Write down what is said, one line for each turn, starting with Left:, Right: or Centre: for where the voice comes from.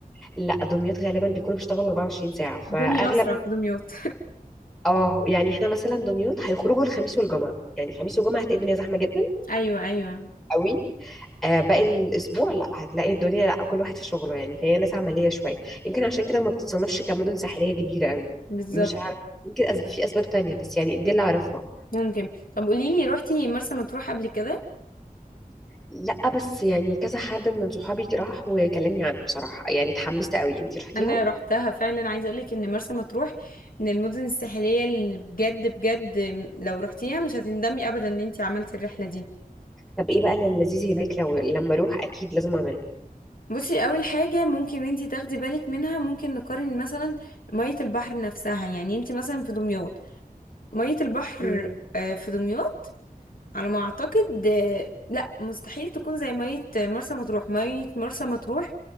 Centre: لا دمياط غالبا بيكونوا بيشتغلوا 24 ساعة فأغلب
Left: الدنيا اسرع في دمياط
Centre: اه يعني احنا مثلا دمياط هيخرجوا الخميس والجمعة يعني خميس وجمعة هتلاقي الدنيا زحمة جدا
Left: <laughs> ايوه ايوه
Centre: قوي آه، باقي الاسبوع لا هتلاقي الدنيا لا كل واحد في شغله يعني فهي ناس عمليه شويه يمكن عشان كده ما بتتصنفش كمدن ساحليه كبيره قوي
Left: بالظبط
Centre: مش عارف يمكن أسب... في اسباب تانية بس يعني دي اللي اعرفها
Left: ممكن طب قولي لي روحتي مرسى مطروح قبل كده
Centre: لا بس يعني كذا حد من صحابي راح وكلمني عنها بصراحه يعني اتحمست قوي انتي رحتيها
Left: انا روحتها فعلا عايزه اقول لك ان مرسى مطروح من المدن الساحليه اللي بجد بجد لو روحتيها مش هتندمي ابدا ان انت عملتي الرحله دي
Centre: طب ايه بقى اللي لذيذ هناك لو لما اروح اكيد لازم اعمله
Left: بصي اول حاجه ممكن انتي تاخدي بالك منها ممكن نقارن مثلا ميه البحر نفسها يعني انتي مثلا في دمياط ميه البحر
Centre: مم.
Left: آه، في دمياط على ما اعتقد آه، لا مستحيل تكون زي ميه مرسى مطروح ميه مرسى مطروح